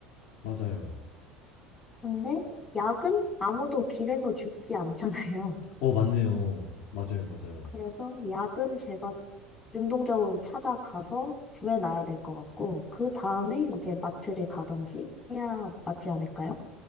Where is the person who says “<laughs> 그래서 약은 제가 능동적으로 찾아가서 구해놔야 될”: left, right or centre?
Left